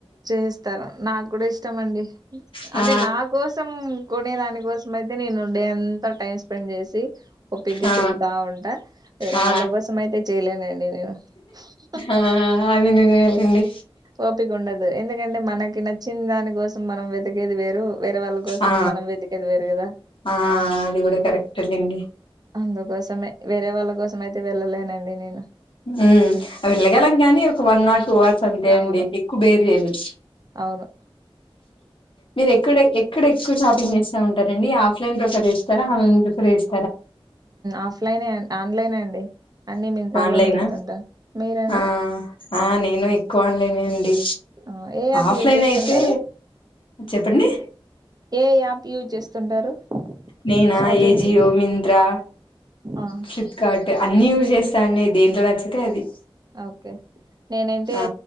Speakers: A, on the right; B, on the left.
A: చేస్తారు నాకు కూడా ఇష్టం అండి
B: ఆ
A: అంటే నా కోసం కొనే దానికోసం అయితే నేను డే అంతా టైం స్పెండ్ చేసి స ఓపిగ్గా
B: ఆ
A: తిరుగుతా ఉంటా వేరే
B: ఆ
A: వాళ్ళ కోసం అయితే చేయలేనండి నేను
B: ఆ అదే నీనే ఏలిండి
A: ఓపిక ఉండదు ఎందుకంటే మనకి నచ్చిన దానికోస్ మనం వెతికేది వేర్ ర్ వేరే వాళ్ళ కోసం
B: ఆ
A: మనం వెతికిదివేరు కదా
B: ఆ అది కూడా కరెక్ట్ లేండి
A: అందుకోసమే వేరే వాళ్ళ కోసం అయితే వెళ్ళలేనండి నేన్
B: హు వెళ్ళగలం గానీ ఒక వన్ ఆర్ టూ ఆర్ సంతే
A: అవును
B: అండి ఎక్కువ బేర్ చేయలేం
A: అవును
B: మీరు ఎక్కడ ఎక్కడ ఎక్కువ షాపింగ్ చేస్తా ఉంటారండి ఆఫ్లైన్ ప్రిఫర్ చేస్తారా ఆన్లైన్ ప్రిఫర్ చేస్
A: ఆఫ్లైనే ఆన్లైనే అండి అన్ని మింత్రాల్లోనే
B: ఆన్లైన్
A: పెడుతుంటా మీరండి
B: ఆ ఆ నేను ఎక్కువ ఆన్లైనే అండి
A: ఆ, ఏ యాప్
B: ఆఫ్లైన్
A: యూజ్ చేస్తుంటారు
B: అయితే చెప్పండి
A: ఏ యాప్ యూజ్ చేస్తుంటారు
B: నేనా
A: షాపింగ్
B: ఏజియో
A: కి
B: మింత్రా
A: ఆ,
B: ఫ్లిప్కార్ట్ అన్ని యూజ్ చేస్తా అండి దేంట్లో నచ్చితే అది
A: ఓకే నేనైతే
B: ఆ